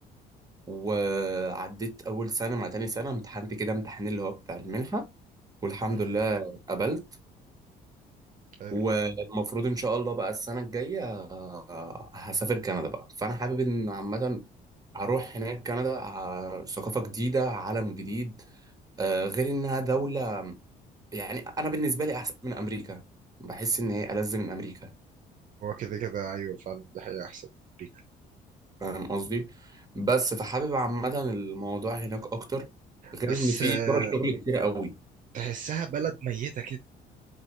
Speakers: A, on the right; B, on the right.
A: وعديت اول سنة مع تاني سنة امتحنت كده امتحان اللي هو بتاع المنحة والحمد
B: امم
A: لله اتقبلت
B: حلو
A: والمفروض ان شاء الله بقى السنة الجاية آه، هسافر كندا بقى فانا حابب ان عامة هروح هناك كندا ع- ثقافة جديدة عالم جديد آه، غير انها دولة يعني انا بالنسبة لي احسن من امريكا بحس ان هي ألذ من امريكا
B: هو كده كده ايوه فعلا ده حقيقة احسن من امريكا
A: فاهم قصدي بس فحابب عامة الموضوع هناك أكتر غير
B: بس
A: إن في
B: آه،
A: فرص شغل كتير قوي
B: تحسها بلد ميته كده